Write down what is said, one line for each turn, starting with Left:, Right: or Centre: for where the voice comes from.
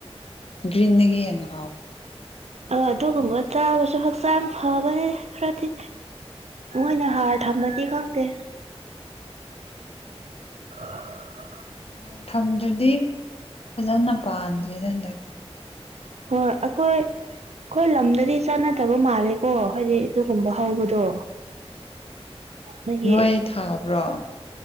Left: ꯒ꯭ꯔꯤꯟꯗꯒꯤ ꯍꯦꯟꯅ ꯍꯥꯎꯕꯅꯦ
Right: ꯑꯥ ꯑꯗꯨꯒꯨꯝꯕ ꯆꯥꯕꯁꯨ ꯍꯛꯆꯥꯡ ꯐꯕꯅꯦ ꯈꯔꯗꯤ ꯃꯣꯏꯅ ꯍꯥꯔ ꯊꯝꯃꯗꯤ ꯈꯪꯗꯦ <inaudible>
Left: ꯍꯥꯔ ꯊꯝꯗ꯭ꯔꯗꯤ ꯐꯖꯅ ꯄꯥꯟꯗꯔꯦꯗ ꯍꯟꯗꯛꯇꯤ
Right: ꯍꯣꯏ ꯑꯩꯈꯣꯏ ꯑꯩꯈꯣꯏ ꯂꯝꯗꯗꯤ ꯆꯥꯅꯗꯕ ꯃꯥꯜꯂꯦꯀꯣ ꯍꯥꯏꯗꯤ ꯑꯗꯨꯒꯨꯝꯕ
Left: ꯎꯝ
Right: ꯍꯧꯕꯗꯣ ꯑꯩꯈꯣꯏꯒꯤ
Left: ꯅꯣꯏ ꯊꯥꯕ꯭ꯔꯣ?